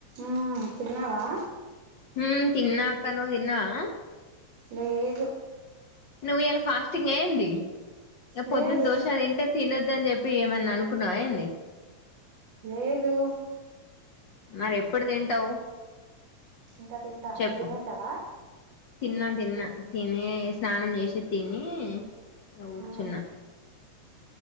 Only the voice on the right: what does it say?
మ్ తిన్నావా
లేదు
లేదు
లేదు
తింటా తింటా
నువ్వు తినేసవా
హ్మ్